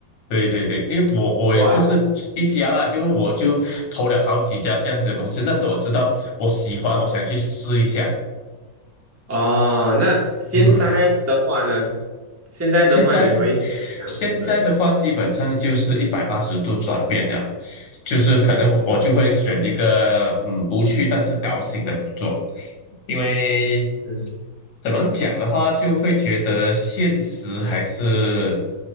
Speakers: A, on the left (about 85°); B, on the right (about 15°).
A: 对对对，因为我我也不是一家啦，
B: 哇，
A: 就我就投了好几家这样子的公司，但是我知道我喜欢，我想去试一下。
B: 哦，那现在的话呢？
A: 嗯，
B: 现在的话，
A: 现在
B: 你可以选两选择？
A: 现在的话，基本上就是一百八十度转变了，就是可能我我就会选一个嗯无趣但是高薪的工作。因为
B: 嗯
A: 怎么讲的话，就会觉得现实还是